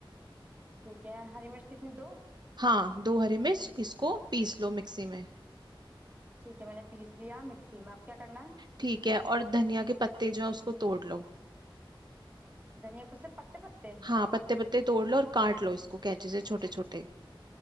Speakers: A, on the right; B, on the right.
A: ठीक है हरी मिर्च कितनी दो
B: हाँ दो हरी मिर्च इसको पीस लो मिक्सी में
A: ठीक है मैंने पीस लिया मिक्सी में अब क्या करना है
B: ठीक है और धनिया के पत्ते जो है उसको तोड़ लो
A: धनिया पत्ते पत्ते पत्ते
B: हाँ पत्ते पत्ते तोड़ लो और काट लो इसको कैंची से छोटे छोटे